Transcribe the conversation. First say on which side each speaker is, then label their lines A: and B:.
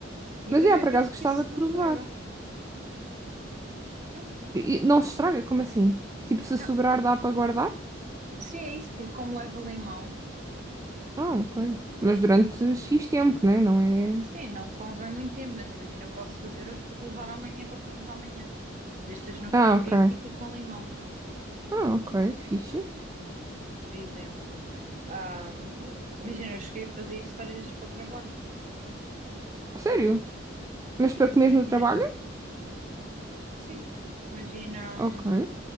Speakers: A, on the right; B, on the right.
A: E
B: Mas
A: depois
B: é,
A: é
B: por
A: fixe
B: acaso
A: porque
B: gostava
A: isso
B: de
A: não
B: provar.
A: estraga. É.
B: E- e Não se estraga, como assim? Tipo, se
A: Não,
B: sobrar
A: eh,
B: dá para guardar?
A: sim, é isso, porque como leva limão,
B: Ah, ok. Mas durante
A: se-
B: X tempo, né? Não é.
A: sim, não convém muito tempo, mas imagina, eu posso fazer hoje para te levar amanhã para comermos amanhã. Desde que esteja no
B: Ah,
A: frigorífico
B: ok.
A: e com limão,
B: Ah, ok, fixe.
A: por exemplo. Ahm, imagina, eu cheguei a fazer isto várias vezes para o trabalho.
B: Sério? Mas para
A: Sim,
B: comer
A: imagina,
B: no trabalho?
A: sim. Imagina,
B: Ok.
A: hum,